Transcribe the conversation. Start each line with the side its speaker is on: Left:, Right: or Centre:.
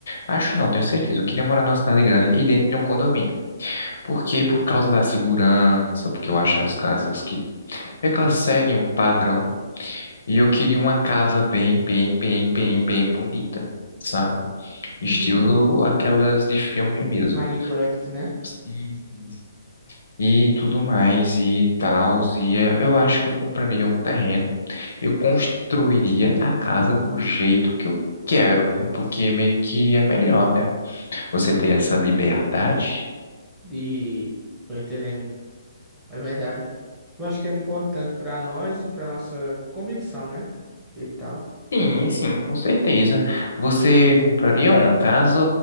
Left: Acho não, tenho certeza. Eu queria morar numa cidade grande e dentro de um condomínio. Por quê? Por causa da segurança, porque eu acho as casas que meio que elas seguem um padrão. E eu queria uma casa bem, bem, bem, bem, bem bonita, sabe? Estilo
Centre: Uhum.
Left: aquelas de filme mesmo.
Centre: Minecraft, né?
Left: Sim, sim, sim. E tudo mais e tal. E eh, eu acho que eu compraria um terreno. Eu construiria a casa do jeito que eu quero, né? Porque meio que é melhor, né? Você ter essa liberdade
Centre: De... Tô entendendo. É verdade. Eu acho que é importante para nós e para nossa convicção, né? E tal.
Left: Sim, sim, com certeza. Você compraria uma casa